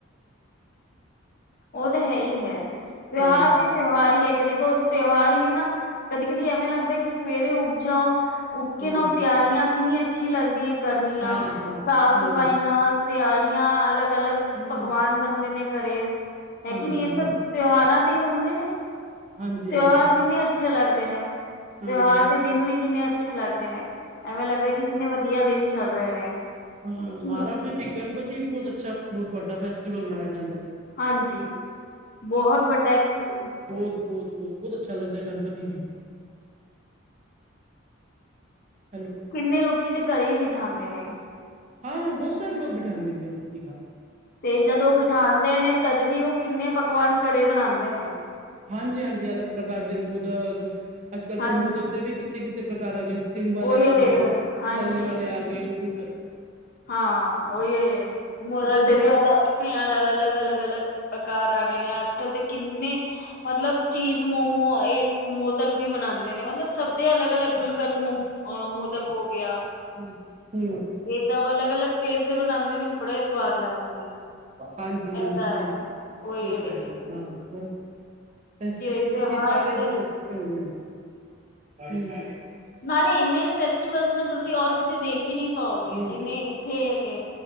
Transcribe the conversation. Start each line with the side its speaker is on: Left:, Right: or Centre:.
Left: ਓ ਤਾਂ ਹੈ ਈ ਹੈ ਤਿਉਹਾਰ
Right: ਹਾਂਜੀ
Left: ਤੇ ਤਿਉਹਾਰ ਹੀ ਹੈਗੇ ਦੇਖੋ ਤਿਉਹਾਰ ਲਈ ਨਾ ਕਦੀ-ਕਦੀ ਐਵੇਂ ਲੱਗਦਾ ਕਿ ਸਵੇਰੇ ਉੱਗ ਜਾਓ। ਉੱਠ ਕੇ
Right: ਹਾਂ
Left: ਨਾ ਓ ਤਿਆਰੀਆਂ ਕਿੰਨੀ ਅੱਛੀ ਲੱਗਦੀ ਐ ਕਰਨੀਆਂ।
Right: ਹਾਂ ਹਾਂ
Left: ਸਾਫ-ਸਫ਼ਾਈਆਂ
Right: ਹਾਂ
Left: ਤਿਆਰੀਆਂ ਅਲੱਗ-ਅਲੱਗ
Right: ਹਮ
Left: ਪਕਵਾਨ ਬਣਦੇ ਨੇ ਘਰੇ। ਲੇਕਿਨ
Right: ਹਾਂਜੀ
Left: ਏ ਸਭ
Right: ਹਾਂਜੀ
Left: ਤਿਉਹਾਰਾਂ
Right: ਹਾਂ
Left: ਤੇ ਹੀ ਬਨਦੇ ਨੇ।
Right: ਹਾਂਜੀ
Left: ਤਿਉਹਾਰ
Right: ਹਾਂਜੀ ਹਾਂਜੀ
Left: ਕਿੰਨੇ ਅੱਛੇ ਲੱਗਦੇ ਨੇ
Right: ਹਾਂ
Left: ਤਿਉਹਾਰ
Right: ਹਮ
Left: ਤੇ ਦਿਨ ਵੀ ਕਿੰਨੇ ਅੱਛੇ ਲੱਗਦੇ ਨੇ, ਐਵੇਂ ਲੱਗਦਾ ਕੀ ਕਿੰਨੇ ਵਧੀਆ ਦਿਨ ਚੱਲ ਰਏ ਨੇ।
Right: ਹੂੰ,
Left: ਹੈ ਕਿ
Right: ਮਹਾਰਾਸ਼ਟਰ
Left: ਨਹੀਂ
Right: ਚ ਗਣਪਤੀ ਵੀ ਬੋਤ ਅੱਛਾ, ਬਹੁਤ ਵੱਡਾ ਫੈਸਟੀਵਲ ਮਨਾਇਆ ਜਾਂਦੈ।
Left: ਹਾਂਜੀ ਬੋਹਤ ਵੱਡਾ ਐਕ <unintelligible>
Right: ਬੋਤ-ਬੋਤ-ਬੋਤ ਬੋਤ ਅੱਛਾ ਲੱਗਦੈ ਗਣਪਤੀ ਵੀ। ਹੈਲੋ।
Left: ਕਿੰਨੇ ਲੋਕੀ ਤੇ ਘਰੇ ਈ ਬਿੱਠਾਂਦੇ ਨੇ।
Right: ਹਾਂ ਬੋਤ ਸਾਰੇ ਲੋਕ ਬਿੱਠਾਂਦੇ ਨੇ ਗਣਪਤੀ ਕਾਰ।
Left: ਤੇ ਜਦ ਓ ਬਿੱਠਾਂਦੇ ਨੇ ਤਦ ਵੀ ਓ ਕਿੰਨੇ ਪਕਵਾਨ ਘਰੇ ਬਣਾਦੇ ਨੇ।
Right: ਹਾਂਜੀ-ਹਾਂਜੀ ਅਲੱਗ ਪ੍ਰਕਾਰ ਦੇ ਮੋਦਕ ਅੱਜ ਕੱਲ ਤਾਂ
Left: ਹਾਂਜੀ
Right: ਮੋਦਕ ਦੇ ਵੀ ਕਿਤਨੇ ਕਿਤਨੇ ਪ੍ਰਕਾਰ ਆ ਗੇ <unintelligible> ਵਾਲੇ
Left: ਉਹੀ
Right: ਆ
Left: ਹੋਏ
Right: ਗੇ
Left: ਹੋਏ ਹਾਂਜੀ
Right: ਤਲਨੇ ਵਾਲੇ ਆ ਗਏ ਕੁੱਛ
Left: ਹਾਂ ਓਹੀ <unintelligible> ਮੋਦਕ
Right: ਕੁਛ ਨਾ
Left: ਦੇ ਵੀ ਅਲੱਗ ਆਪਣੇ ਅਲੱਗ-ਅਲੱਗ-ਅਲੱਗ-ਅਲੱਗ ਪ੍ਰਕਾਰ ਆ ਗਏ ਨੇ ਅੱਜ ਕੱਲ ਤੇ ਕਿੰਨੇ ਮਤਲਬ ਚੀਜ਼ ਮੋਮੋ ਏ ਮੋਦਕ ਵੀ ਬਣਾਂਦੇ ਨੇ ਮਤਲਬ ਸਭ ਦੇ ਅਲੱਗ-ਅਲੱਗ ਗੁਲਕ <unintelligible> ਮੋ ਅ ਮੋਦਕ ਹੋ ਗਿਆ।
Right: ਹੂੰ-ਹੂੰ
Left: ਸਬ ਅਲੱਗ-ਅਲੱਗ ਟੇਸਟ ਦੇ ਬਣਾਂਦੇ ਨੇ, ਬੜੇ ਸਵਾਦ ਲੱਗਦੇ ਨੇ,
Right: ਹਾਂਜੀ ਹਾਂਜੀ
Left: ਐਦਾ
Right: ਹਾਂਜੀ
Left: ਏ। ਓਏ
Right: ਹੋਤਾ ਹੈ ਹਾਂ
Left: <unintelligible>
Right: ਬਸ, ਫੈਸਟੀਵਲ
Left: ਅਤੇ
Right: ਸੱਚੀ,
Left: ਹਰ
Right: ਸਾਰੇ ਈ
Left: ਕੋਈ
Right: ਬੋਤ ਅੱ ਚਲਦੇ ਹੂੰ। <unintelligible>
Left: ਨਾਲੇ ਇੰਨੇ ਫੈਸਟੀਵਲਜ ਨੂੰ ਤੁਸੀਂ ਓਰ ਕਿਤੇ ਦੇਖ ਵੀ ਨੀ ਪਾਓਗੇ,
Right: ਹਮ
Left: ਜਿੰਨੇ ਇੱਥੇ ਹੇਗੇ।